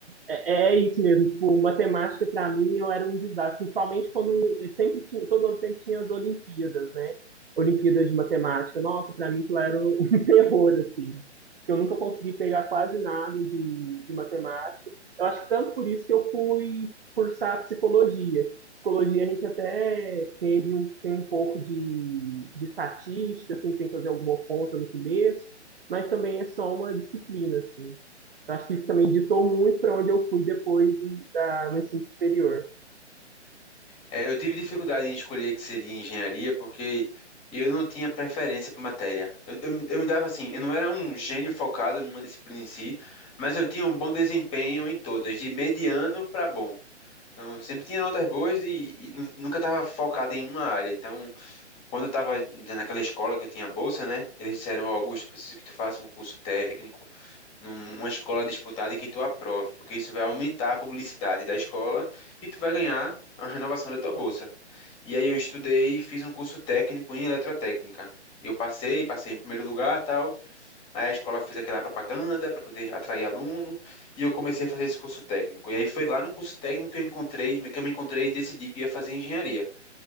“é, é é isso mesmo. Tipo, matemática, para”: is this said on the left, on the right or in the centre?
Right